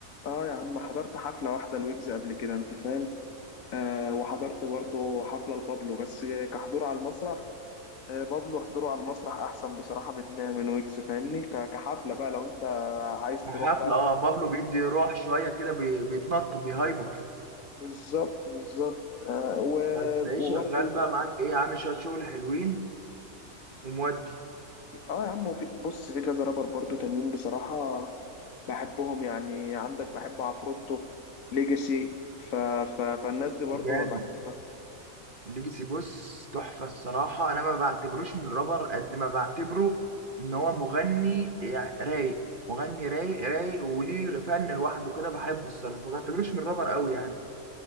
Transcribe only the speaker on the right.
حفله
اه بابلو بيدي روح شويه كده بي... بيتنطط بيهايبر
هتلاقيه
شغال بقى معاك ايه عامل شويه شغل حلوين ومودي
جامد
ليجاسي بص تحفة الصراحة أنا ما بعتبروش من رابر قد ما بعتبره إن هو مغني يعني رايق مغني رايق رايق وليه فن لوحده كده بحبه الصراحة ما بعتبروش من رابر قوي يعني